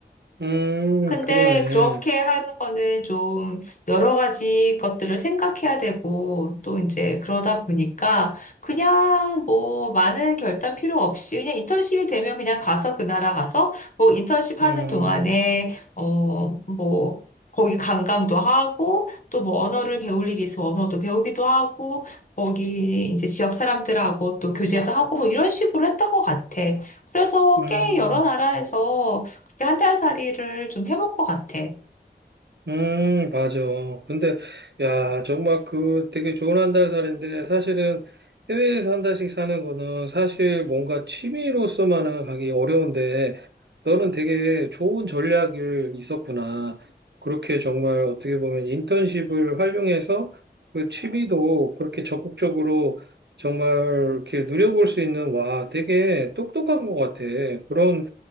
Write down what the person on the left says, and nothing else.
근데
그렇게 하는 거는 좀 여러 가지 것들을 생각해야 되고 또 이제 그러다 보니까 그냥 뭐 많은 결단 필요 없이 그냥 인턴십이 되면 그냥 가서 그 나라 가서 뭐 인턴십 하는
동안에 어 뭐 거기 관광도 하고 또 뭐 언어를 배울 일이 있으면 언어도 배우기도 하고 거기 이제 지역 사람들하고 또 교제도 하고 뭐 이런 식으로 했던 것 같아. 그래서
꽤 여러 나라에서 한달살이를 좀 해본 것 같아.